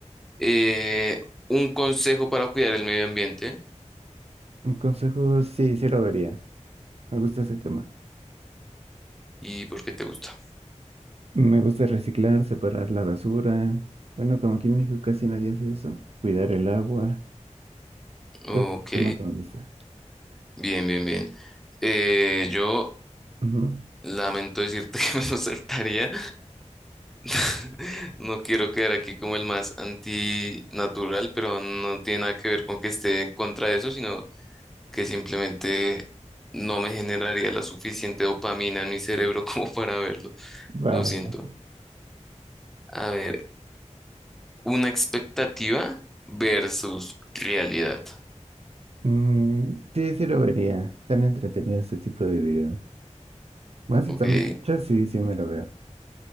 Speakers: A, in the centre; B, on the right.
A: Eh, un consejo para cuidar el medio ambiente
B: Un consejo, sí, sí lo vería. Me gusta ese tema.
A: y por qué te gusta.
B: Me gusta reciclar, separar la basura. Bueno, como aquí en México casi nadie hace eso. Cuidar el agua.
A: Ok,
B: Es un tema que me gusta.
A: bien, bien, bien. Eh, yo
B: Ujú.
A: lamento decirte <laughs> que me lo saltaría <laughs> No quiero quedar aquí como el más antinatural, pero no tiene nada que ver con que esté en contra de eso, sino que simplemente no me generaría la suficiente dopamina en mi cerebro <laughs> como para verlo.
B: Va,
A: Lo
B: me
A: siento.
B: late.
A: A ver, una expectativa versus realidad.
B: Mm, sí, sí lo vería. Están entretenidos este tipo de videos. Más si
A: Ok,
B: están bien hechos, sí, sí me lo veo.